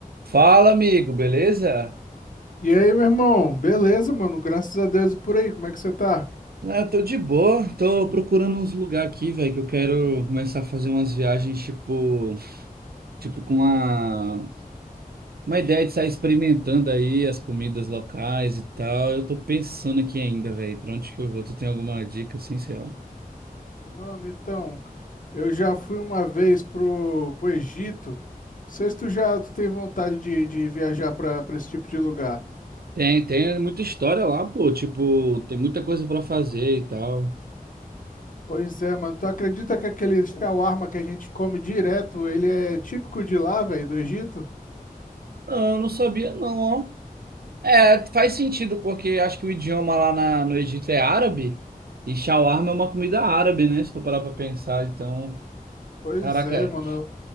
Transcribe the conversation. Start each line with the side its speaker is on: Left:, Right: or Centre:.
Right: Fala, amigo, beleza?
Left: E aí, meu irmão? Beleza, mano? Graças a Deus e por aí, como é que você tá?
Right: Ah, eu tô de boa, tô procurando uns lugares aqui, velho, que eu quero começar a fazer umas viagens, tipo, tipo com uma, uma ideia de sair experimentando aí as comidas locais e tal. Eu tô pensando aqui ainda, velho, pra onde que eu vou? Tu tem alguma dica, assim, sei lá?
Left: Mano, então, eu já fui uma vez pro, pro Egito. Não sei se tu já tu tem vontade de, de viajar pra, pra esse tipo de lugar.
Right: Tem, tem muita história lá, pô, tipo, tem muita coisa pra fazer e tal.
Left: Pois é, mano. Tu acredita que aquele shawarma que a gente come direto, ele é típico de lá, velho, do Egito?
Right: Ah, eu não sabia não, ó. É, faz sentido, porque acho que o idioma lá na- no Egito é árabe e shawarma é uma comida árabe, né? Se for parar pra pensar, então,
Left: Pois
Right: caraca,
Left: é,
Right: é
Left: mano.